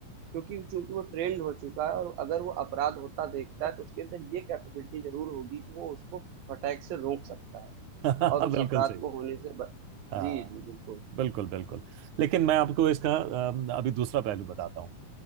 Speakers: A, on the right; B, on the right.
A: क्योंकि चूँकि वो ट्रेंड हो चुका है और अगर वो अपराध होता देखता है तो उसके अंदर ये कैपेबिलिटी ज़रूर होगी कि वो उसको फटाक से रोक सकता है
B: हम्म
A: और उस
B: <laughs> बिल्कुल
A: अपराध
B: सही
A: को होने से ब
B: हाँ
A: जी, जी, बिल्कुल।
B: बिल्कुल बिल्कुल लेकिन मैं आपको इसका अम, अभी दूसरा पहलू बताता हूँ